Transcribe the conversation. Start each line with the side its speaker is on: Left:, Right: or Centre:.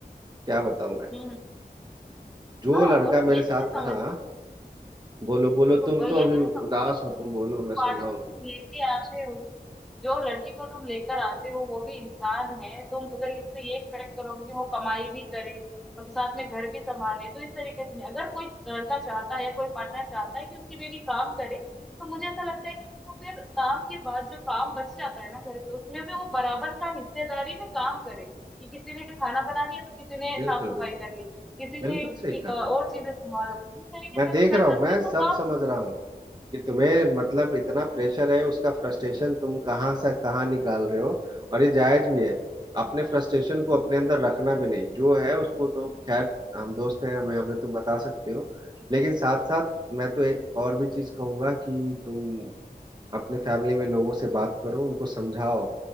Right: क्या बताऊं मैं
Centre: हम्म हम्म,
Right: जो
Centre: हाँ
Right: लड़का
Centre: और
Right: मेरे
Centre: ये
Right: साथ
Centre: चीजें समझ
Right: हाँ बोलो बोलो
Centre: तो
Right: तुम
Centre: ये
Right: तो अभी
Centre: चीजें समझनी
Right: उदास
Centre: पड़ेगी
Right: हो तुम बोलो
Centre: कि जो
Right: मैं
Centre: पार्टनर
Right: सुन रहा हूँ
Centre: तुम
Right: तुम्हें
Centre: लेके आते हो जो लड़की को तुम लेकर आते हो वो भी इंसान है तुम अगर इससे ये एक्सपेक्ट करोगे कि वो कमाई भी करे और साथ में घर भी संभाले तो इस तरीके से नहीं अगर कोई लड़का चाहता है या कोई पार्टनर चाहता है कि उसकी बीवी काम करे तो मुझे ऐसा लगता है कि उसको फिर काम के बाद जो काम बच जाता है ना घर पे उसमें भी वो बराबर का हिस्सेदारी में काम करे कि किसी ने खाना बना लिया तो किसी ने
Right: बिल्कुल
Centre: साफ सफाई
Right: बिल्कुल
Centre: कर ली किसी
Right: बिल्कुल
Centre: ने
Right: सही
Centre: ची-
Right: कहा
Centre: अ, और
Right: तुमने
Centre: चीजें संभाल ली इस तरीके
Right: मैं
Centre: से
Right: देख
Centre: अगर
Right: रहा
Centre: कर
Right: हूँ
Centre: सकते
Right: मैं
Centre: हो
Right: सब
Centre: तो काम
Right: समझ रहा हूँ कि तुम्हें मतलब इतना प्रेशर है उसका फ्रस्ट्रेशन तुम कहाँ से कहाँ निकाल रहे हो और ये जायज भी है अपने फ्रस्ट्रेशन को अपने अंदर रखना भी नहीं जो है उसको तो खैर हम दोस्त हैं हमें हमें तुम बता सकते हो लेकिन साथ साथ मैं तो एक और भी चीज कहूंगा कि तुम अपने फैमिली में लोगों से बात करो उनको समझाओ